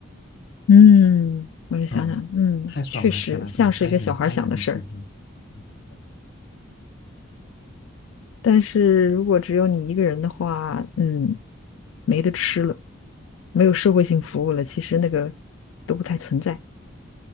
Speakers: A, on the left (about 85°); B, on the left (about 55°).
A: 嗯，我就想想，
B: 嗯，
A: 嗯，
B: 太爽了！
A: 确实像是一个小孩儿想的事儿。
B: 天呐，真的，i 人 i 人的世界。嗯
A: 但是如果只有你一个人的话，嗯，没得吃了，没有社会性服务了，其实那个都不太存在。